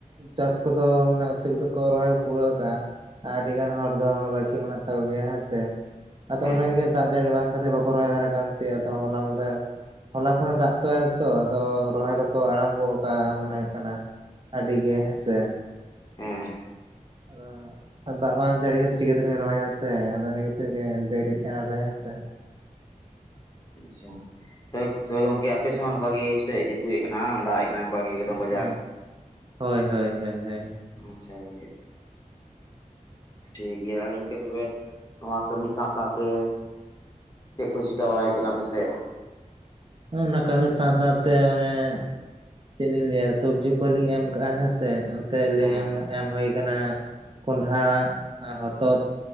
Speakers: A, on the right; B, on the left.
A: ᱪᱟᱥ ᱠᱚᱫᱚ ᱢᱟᱱᱮ ᱚᱛᱫᱷᱮᱠ ᱫᱚ ᱠᱚ ᱨᱚᱦᱚᱭ ᱠᱩᱲᱟᱹᱣ ᱠᱟᱜᱼᱟ᱾ ᱟᱹᱰᱤ ᱜᱟᱱ ᱦᱚᱲ ᱫᱚ ᱵᱟᱠᱤ ᱢᱮᱱᱟᱜ ᱛᱟᱠᱚ ᱜᱮᱭᱟ ᱦᱮᱸᱥᱮ ᱟᱫᱚ
B: ᱦᱮᱸ
A: ᱚᱱᱟᱜᱮ ᱫᱟᱜ ᱡᱟᱹᱲᱤ ᱵᱟᱝ <unintelligible> ᱟᱫᱚ ᱦᱚᱞᱟ ᱢᱟᱦᱫᱮᱨ ᱦᱚᱞᱟ ᱠᱷᱚᱱᱮ ᱫᱟᱜ ᱛᱟᱭᱛᱚ ᱟᱫᱚ ᱨᱚᱦᱚᱭ ᱫᱚᱠᱚ ᱟᱨᱟᱢᱵᱚ ᱟᱠᱟᱫ ᱢᱚᱱᱮ ᱦᱩᱭᱩᱜ ᱠᱟᱱᱟ ᱟᱹᱰᱤ ᱜᱮ ᱦᱮᱸᱥᱮ
B: ᱦᱮᱸ
A: ᱟᱫᱚ ᱫᱟᱜ ᱵᱟᱝ ᱡᱟᱲᱤ <unintelligible> ᱨᱚᱦᱭᱟ ᱥᱮ ᱟᱫᱚ ᱫᱷᱮᱨᱤ ᱠᱟᱱᱟᱞᱮ ᱥᱮ
B: ᱟᱪᱪᱷᱟ ᱮ ᱮ ᱜᱚᱝᱠᱮ ᱟᱯᱮᱥᱮᱫ ᱦᱚᱸ ᱱᱚᱝᱠᱟ ᱜᱮ ᱡᱟᱹᱯᱩᱮᱫ ᱟᱠᱟᱱᱟ ᱫᱟᱜ ᱠᱟᱱᱟ ᱚᱱᱠᱟ ᱜᱮ ᱮᱠᱫᱚᱢ
A: ᱦᱩᱸ
B: ᱠᱟᱡᱟᱠ
A: ᱦᱩᱸ ᱦᱳᱭ ᱦᱳᱭ ᱦᱳᱭ ᱦᱳᱭ
B: ᱟᱪᱪᱷᱟ ᱜᱚᱝᱠᱮ ᱴᱷᱤᱠ ᱜᱮᱭᱟ ᱜᱚᱝᱠᱮ ᱛᱚᱵᱮ ᱱᱚᱣᱟ ᱠᱟᱹᱢᱤ
A: ᱦᱩᱸ
B: ᱥᱟᱶ ᱥᱟᱶᱛᱮ ᱪᱮᱫ ᱠᱚ ᱪᱤᱠᱟᱹ ᱵᱟᱲᱟᱭ ᱦᱩᱭᱩᱜ ᱠᱟᱱᱟ ᱟᱯᱮᱥᱮᱫ
A: ᱚᱱᱟ ᱠᱟᱹᱢᱤ ᱥᱟᱶ ᱥᱟᱶᱛᱮ ᱢᱟᱱᱮ ᱪᱮᱫ ᱞᱤᱧ ᱞᱟᱹᱭᱟ ᱥᱚᱵᱽᱡᱤ ᱠᱚᱞᱤᱧ ᱮᱢ ᱠᱟᱜᱼᱟ ᱦᱮᱸᱥᱮ ᱚᱱᱛᱮ ᱞᱤᱧ
B: ᱦᱮᱸ
A: ᱮᱢ ᱦᱩᱭ ᱠᱟᱱᱟ᱾ ᱠᱚᱸᱰᱦᱟ ᱦᱚᱛᱚᱫ